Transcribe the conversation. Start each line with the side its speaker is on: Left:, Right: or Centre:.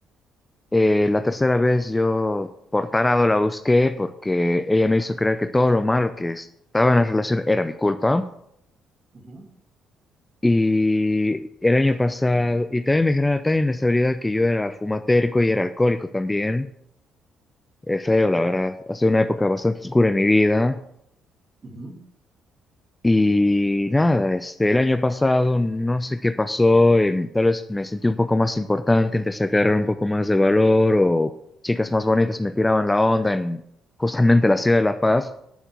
Left: eh, la tercera vez yo por tarado la busqué porque ella me hizo creer que todo lo malo que estaba en la relación era mi culpa.
Right: Ujú,
Left: Y el año pasado, y también me generaba tan inestabilidad que yo era fumatérico y era alcohólico también. Es feo,
Right: ok,
Left: la verdad. Ha sido una época bastante oscura en mi vida.
Right: ujú,
Left: Y nada, este, el año pasado no sé qué pasó, em, tal vez me sentí un poco más importante, empecé a agarrar un poco más de valor o chicas más bonitas me tiraban la onda en justamente la ciudad de La Paz,